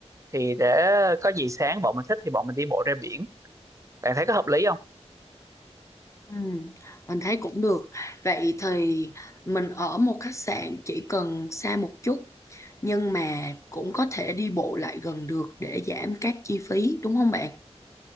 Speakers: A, on the right (about 25°); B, on the left (about 25°).
A: thì để có gì sáng bọn mình thích thì bọn mình đi bộ ra biển bạn thấy có hợp lý
B: Ừ, mình thấy cũng được. Vậy thì mình ở một khách sạn chỉ cần xa một chút nhưng mà cũng có thể đi bộ lại gần được để giảm các chi phí đúng không bạn?